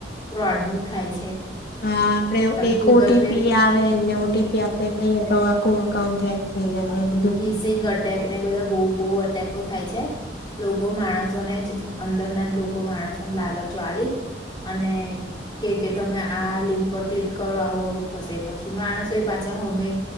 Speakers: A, on the left; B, on the left.
A: ફ્રોડ નું થાય છે.
B: હા આપણે એક
A: ગૂગલ
B: ઓ ટી
A: પે
B: પી આવેને આપણેે કહીએ તો ખુ અકાઉન્ટ હેક થઈ જાય. ને બધું
A: <unintelligible> અટેકને બધા બહુ બહુ અટેકો થાય છે. લોકો માણસોને જ અંદરના જ લોકો માણસોને લાલચ આલી અને કેય કે તમે આ લિંક પર ક્લિક કરો આવું આવું થશે પછી માણસોય પાછા હમે